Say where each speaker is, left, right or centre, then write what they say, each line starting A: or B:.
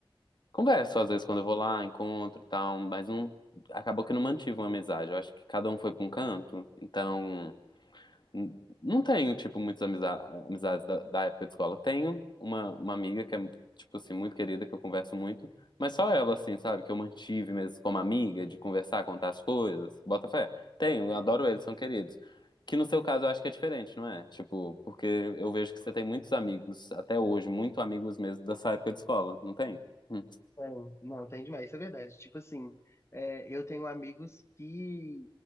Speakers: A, on the left (about 55°); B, on the left (about 30°).
A: converso às vezes quando eu vou lá, encontro e tal, mas não, acabou que eu não mantive uma amizade. Eu acho que cada um foi pra um canto, então. N- Não tenho, tipo, muitas amiza- amizades da, da época de escola. Tenho uma, uma amiga que é, tipo assim, muito querida, que eu converso muito, mas só ela, assim, sabe, que eu mantive mesmo como amiga, de conversar, contar as coisas, bota fé. Tenho,
B: Uhum.
A: eu adoro eles, são queridos. Que no seu caso eu acho que é diferente, não é? Tipo, porque eu vejo que você tem muitos amigos, até hoje, muito amigos mesmo dessa época de escola, não tem? Hum.
B: É, não, tem demais, isso é verdade. Tipo assim, é, eu tenho amigos que,